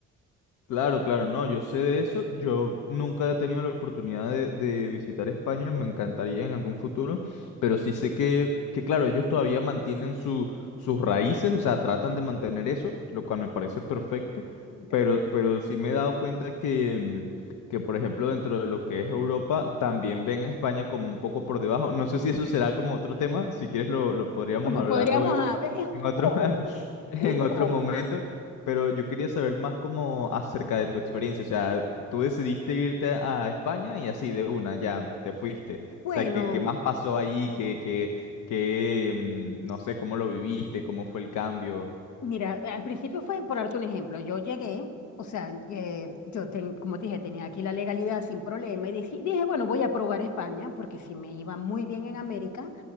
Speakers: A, on the left; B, on the left.
A: Claro, claro, no, yo sé de eso. Yo nunca he tenido la oportunidad de, de visitar España, me encantaría en algún futuro, pero sí sé que, que claro, ellos todavía mantienen su, sus raíces, o sea, tratan de mantener eso, lo cual me parece perfecto,
B: también.
A: pero, pero sí me he dado cuenta que, mm, que, por ejemplo, dentro de lo que es Europa, también ven a España como un poco por debajo. No sé si eso será como otro tema, si quieres lo, lo podríamos
B: Lo
A: hablar
B: podríamos,
A: luego
B: a- es un
A: en otro,
B: poco,
A: <laughs> en
B: un
A: otro
B: poco.
A: momento. Pero yo quería saber más como acerca de tu experiencia. O sea, tú decidiste irte a España y así de una, ya te fuiste.
B: Bueno.
A: O sea, ¿qué, qué más pasó ahí? ¿Qué, qué, qué, mm, no sé, cómo lo viviste? ¿Cómo fue el cambio?
B: Mira, eh, al principio fue, por darte un ejemplo, yo llegué, o sea, eh, yo, ten- como te dije, tenía aquí la legalidad sin problema y dije, dije, bueno, voy a probar España porque si me iba muy bien en América,